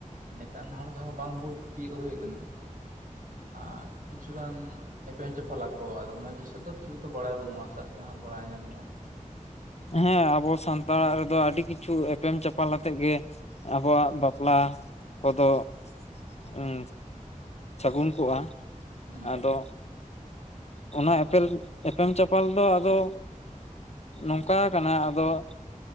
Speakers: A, on the right; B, on the left.
A: ᱱᱮᱛᱟᱨ <unintelligible> ᱦᱚᱲ ᱫᱚ ᱵᱟᱝ ᱵᱩᱡᱽ ᱛᱤᱭᱚᱜ ᱦᱩᱭ ᱟᱠᱟᱱᱟ ᱟᱨ ᱠᱤᱪᱷᱩᱜᱟᱱ ᱮᱯᱮᱱ ᱪᱟᱯᱟᱞᱟ ᱠᱚ ᱟᱫᱚ ᱚᱱᱟ ᱡᱤᱱᱤᱥᱟᱜ ᱫᱚ ᱴᱷᱤᱠ ᱛᱚ ᱵᱟᱲᱟᱭ ᱵᱟᱹᱱᱩᱜ ᱟᱥᱛᱮ ᱟᱥᱛᱮ ᱦᱟᱸᱜ ᱵᱟᱲᱟᱭ ᱧᱟᱢᱚᱜᱼᱟ
B: ᱦᱮᱸ ᱟᱵᱚ ᱥᱟᱱᱛᱟᱲ ᱟᱜ ᱨᱮᱫᱚ ᱟᱹᱰᱤ ᱠᱤᱪᱷᱩ ᱮᱯᱮᱢ ᱪᱟᱯᱟᱞ ᱟᱛᱮᱜ ᱜᱮᱼᱼ ᱟᱵᱚᱣᱟᱜ ᱵᱟᱯᱞᱟ ᱠᱚᱫᱚᱼᱼ ᱦᱮᱸ ᱥᱟᱹᱜᱩᱱ ᱠᱚᱜᱼᱟ
A: ᱦᱩᱸ
B: ᱟᱫᱚ ᱚᱱᱟ ᱮᱯᱮᱞ ᱮᱯᱮᱢ ᱪᱟᱯᱟᱞ ᱫᱚ ᱟᱫᱚ ᱱᱚᱝᱠᱟᱼᱼ ᱱᱚᱝᱠᱟ ᱠᱟᱱᱟ ᱟᱫᱚ